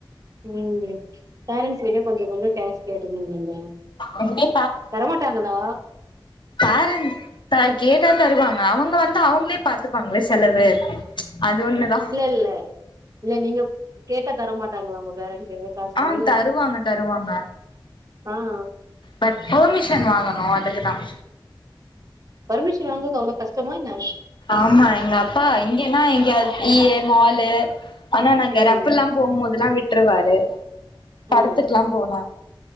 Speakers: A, on the right; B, on the left.
A: ம் பேரண்ட்ஸ் கிட்ட கொஞ்ஜோம் கொஞ்ஜோம் கேஷ் கேட்டு வேண்டியதா
B: இதே
A: தரமாட்டாங்களா
B: ப்பேரண்ஸ் கேட்டா தருவாங்க அவுங்க வந்து அவுங்களே பாத்துப்பாங்கள செலவு அது ஒண்ணுதா
A: ம் இல்ல இல்ல இல்ல நீங்க கேட்டா தரமாட்டாங்களா உங்க பேரண்ட்டு காசு
B: ஆன் தருவாங்க தருவாங்க
A: ஆ ஆ
B: பட் பெர்மிஷன் வாங்கணோம் அதுக்கு தான்
A: பர்மிஷன் வாங்கறது அவ்ளோ கஷ்டமா என்ன
B: ஆமா எங்க அப்பா இங்கன்னா எங்கயாது ஈ எ மாலு ஆனா நாங்கறா
A: ம்
B: அப்ப எல்லாம் போமோதுல்லாம் விட்ருவாரு படத்துக்குல்லாம்
A: ம்
B: போனா